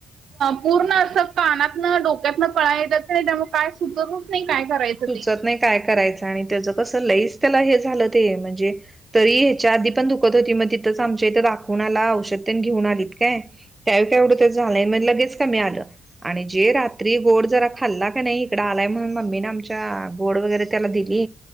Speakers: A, on the right; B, on the right.
A: पूर्ण असं कानातनं डोक्यातन कळा येतात की नाही त्यामुळे काय सुचतच नाही काय करायचं
B: सुचत
A: ते.
B: नाही काय करायचं आणि त्याचं कसं लईच त्याला हे झालं ते म्हणजे तरी या्याच्या आधी पण दुखत होती मग तिथंच आमच्या इथं दाखवून आला औषध पण घेऊन आलीत काय त्यावे का एवढं तर झालंय मग लगेच कमी आलं आणि जे रात्री गोड जरा खाल्ला का नाही इकड आलाय म्हणून मम्मीने आमच्या बोड वगैरे त्याला दिली